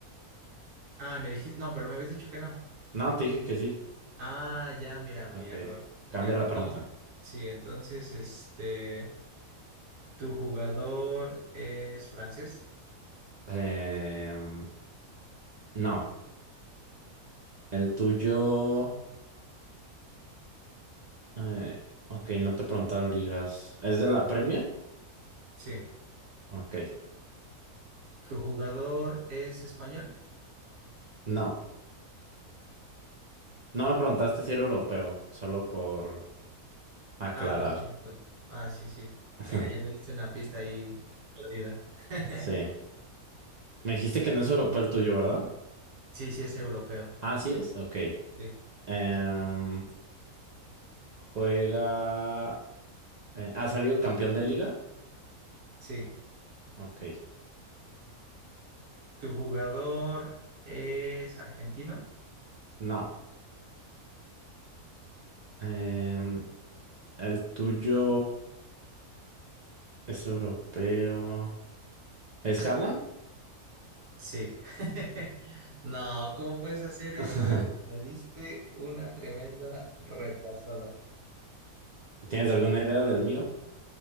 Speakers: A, on the right; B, on the right.
A: Ah, me dijiste, no, pero me habías dicho que no.
B: No, te dije que sí.
A: Ah, ya, mira, mi
B: Ok,
A: error.
B: cambia
A: Entonces,
B: la pregunta.
A: sí, entonces, este, tu jugador es francés.
B: Em, no, el tuyo... eh, ok, no te he preguntado ligas. ¿Es de la Premier?
A: Sí.
B: Ok,
A: ¿Tu jugador es español?
B: no. No me preguntaste si era europeo, solo por aclarar.
A: Ah, cierto. Ah, sí, sí.
B: <laughs>
A: Mira, ya me diste una pista ahí perdida. <laughs>
B: Sí. Me dijiste que no es europeo el tuyo, ¿verdad?
A: Sí, sí, es europeo.
B: Ah, sí es. Ok.
A: Sí.
B: Em, juega... eh, ¿ha salido campeón de liga?
A: Sí.
B: Ok.
A: ¿Tu jugador es argentino?
B: No. Em, el tuyo... Es europeo. ¿Es Haaland?
A: Sí. <laughs> No, ¿cómo puedes hacer eso,
B: <laughs>
A: eh? Me diste una tremenda repasada.
B: ¿Tienes alguna idea del mío?